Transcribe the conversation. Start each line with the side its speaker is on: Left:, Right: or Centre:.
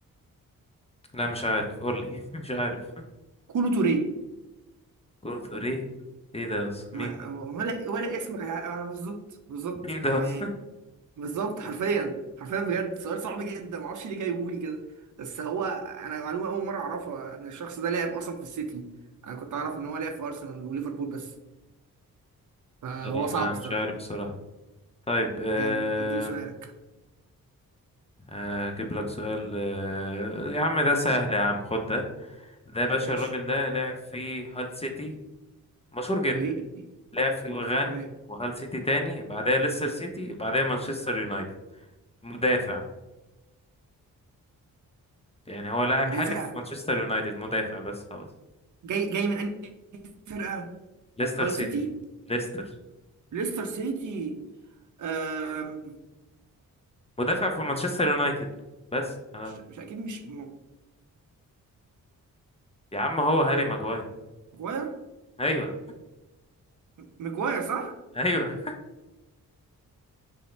Left: لا مش عارف قول لي <laughs> مش عارف
Right: كولو توريه
Left: كول ايه ايه ده اصلا
Right: ما-
Left: مين ده
Right: ولا ولا اسمك انا بالظبط بالظبط
Left: <laughs> مين ده
Right: يعني
Left: اصلا
Right: بالظبط حرفيا حرفيا بجد سؤال صعب جدا ما اعرفش ليه جايبهولي كده بس هو انا معلومه اول مره اعرفها ان الشخص ده لعب اصلا في السيتي انا كنت اعرف ان هو لعب في ارسنال وليفربول بس فهو
Left: لا
Right: صعب
Left: ما مش
Right: الصراحه
Left: عارف الصراحة طيب آه،
Right: جامد اديني سؤالك
Left: آه، اجيب لك سؤال آه، يا عم ده سهل يا عم خد ده ده يا باشا
Right: ماشي
Left: الراجل ده لعب في هال سيتي مشهور جدا
Right: اوكي
Left: لعب في الغان
Right: ما-
Left: وهال سيتي تاني بعدها ليستر سيتي بعدها مانشستر يونايتد مدافع يعني هو لاعب
Right: مدافع
Left: حالي في مانشستر يونايتد مدافع بس خلاص
Right: جاي جاي من انهي فرقه
Left: ليستر
Right: هال
Left: سيتي
Right: سيتي
Left: ليستر
Right: ليستر سيتي أم...
Left: مدافع في مانشستر يونايتد بس خلاص
Right: مش مش اكيد مش م-
Left: يا عم هو هاري ماجواير
Right: ماجواير
Left: ايوه
Right: ماجواير صح
Left: <laughs> ايوه